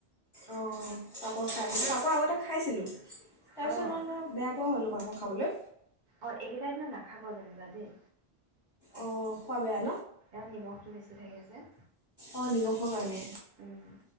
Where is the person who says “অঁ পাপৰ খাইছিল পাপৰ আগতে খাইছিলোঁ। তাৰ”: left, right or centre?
Left